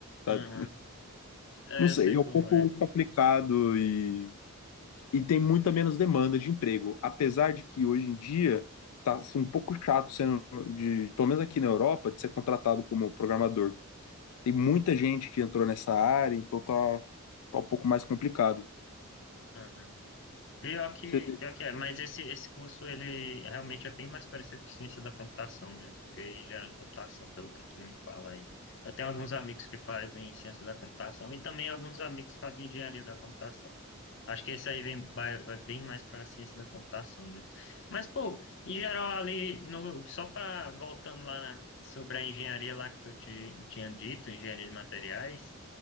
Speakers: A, on the left; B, on the left.
A: sabe?
B: Aham. É,
A: Não sei,
B: eu sei
A: é
B: como
A: um pouco
B: é.
A: complicado e, e tem muita menos demanda de emprego, apesar de que hoje em dia tá assim, um pouco chato sendo de, pelo menos aqui na Europa, de ser contratado como programador. Tem muita gente que entrou nessa área, então tá, tá um pouco mais complicado.
B: Aham. Pior que,
A: Você vê.
B: pior que é, mas esse, esse curso ele realmente é bem mais parecido com ciência da computação né porque engenharia da computação, pelo que tu me fala aí. Eu tenho alguns amigos que fazem ciência da computação e também alguns amigos que fazem engenharia da computação. Acho que esse aí vem, vai, vai bem mais para a ciência da computação mesmo. Mas, pô, em geral, ali, no, só para voltando lá na- sobre a engenharia lá que tu te, tinha dito, engenharia de materiais